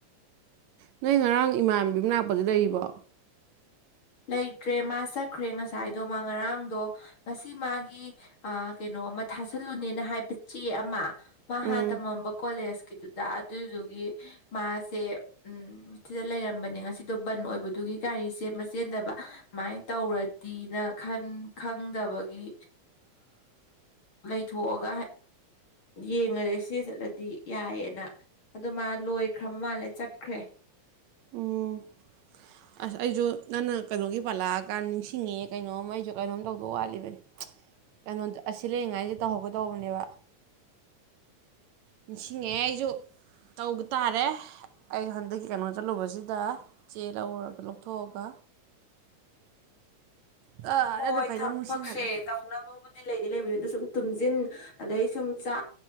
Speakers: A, on the right; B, on the left.
A: ꯅꯣꯏ ꯉꯔꯥꯡ ꯏꯃꯥꯟꯕꯤꯅꯅꯥ ꯄꯗꯣ ꯂꯩꯔꯤꯕꯣ
B: ꯂꯩꯇ꯭ꯔꯦ ꯃꯥ ꯆꯠꯈ꯭ꯔꯦ ꯉꯁꯥꯏꯗꯣ ꯃꯥ ꯉꯔꯥꯡꯗꯣ ꯉꯁꯤ ꯃꯥꯒꯤ ꯀꯩꯅꯣ ꯑꯃ ꯊꯥꯥꯁꯜꯂꯨꯅꯦꯅ ꯍꯥꯏꯕ ꯆꯦ ꯑꯃ ꯃꯥꯍꯥꯟ
A: ꯎꯝ
B: ꯇꯝ ꯃꯝꯕ ꯀꯣꯂꯦꯁ ꯗꯨꯗ ꯑꯗꯨꯏꯗꯨꯒꯤ ꯃꯥꯁꯦ ꯎꯝ ꯁꯤꯗ ꯂꯩꯔꯝꯕꯅꯦ ꯉꯁꯤꯗꯣ ꯕꯟ ꯑꯣꯏꯕꯗꯨꯒꯤ ꯒꯥꯔꯤꯁꯦ ꯆꯦꯟꯗꯕ ꯑꯗꯨꯃꯥꯏꯅ ꯇꯧꯔꯗꯤꯅ ꯈꯪꯗꯕꯒꯤ ꯂꯩꯊꯣꯛꯑꯒ ꯌꯦꯡꯉꯖꯦ ꯁꯤ ꯆꯠꯂꯗꯤ ꯌꯥꯏꯌꯦꯅ ꯑꯗꯨ ꯃꯥ ꯂꯣꯏꯈ꯭ꯔ ꯃꯥꯜꯂꯦ ꯆꯠꯈ꯭ꯔꯦ
A: ꯎꯝ ꯑꯁ ꯑꯩꯁꯨ ꯅꯪꯅ ꯀꯩꯅꯣꯒꯤ ꯄꯥꯜꯂꯛꯑꯀꯥꯟꯗ ꯅꯤꯡꯁꯤꯡꯉꯦ ꯀꯩꯅꯣꯝ ꯑꯩꯁꯨ ꯀꯩꯅꯣꯝ ꯇꯧꯗꯧ ꯋꯥꯠꯂꯤꯕꯅꯤ ꯀꯩꯅꯣꯗ ꯑꯁꯤ ꯂꯩꯔꯤꯉꯥꯏꯁꯦ ꯇꯧꯍꯧꯒꯗꯧꯕꯅꯦꯕ ꯅꯤꯡꯁꯤꯡꯉꯛꯑꯦ ꯑꯩꯁꯨ ꯇꯧꯕ ꯇꯥꯔꯦ ꯑꯩ ꯍꯟꯗꯛꯀꯤ ꯀꯩꯅꯣ ꯆꯠꯂꯨꯕꯁꯤꯗ ꯆꯦ ꯂꯧꯔꯒ ꯂꯧꯊꯣꯛꯑꯒ ꯇꯠ
B: ꯍꯣꯏ
A: ꯍꯥꯏꯅ ꯀꯩꯅꯣꯝ
B: ꯊꯕꯛꯁꯦ
A: ꯅꯤꯡꯁꯤꯡꯍꯜꯂꯦ
B: ꯇꯧꯅꯕꯕꯨꯗꯤ ꯂꯩꯗꯤ ꯂꯩꯕꯗꯨꯗ ꯁꯨꯝ ꯇꯨꯝꯁꯤꯟ ꯑꯗꯩ ꯁꯨꯝ ꯆꯥ